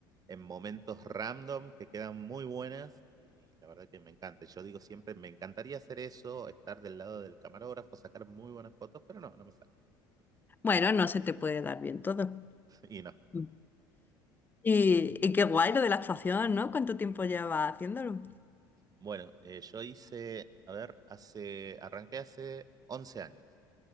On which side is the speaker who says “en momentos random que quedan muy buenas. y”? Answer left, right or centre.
Right